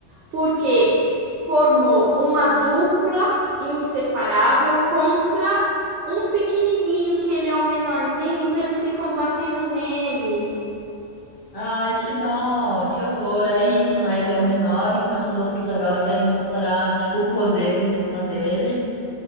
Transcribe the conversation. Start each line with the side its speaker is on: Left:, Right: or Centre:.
Right: porque formou uma dupla inseparável contra um pequenininho que ele é o menorzinho, então eles ficam batendo nele.
Left: Ai, que dó, que horror. É isso, né? Ele é o menor, então os outros agora querem mostrar, tipo, o poder em cima dele.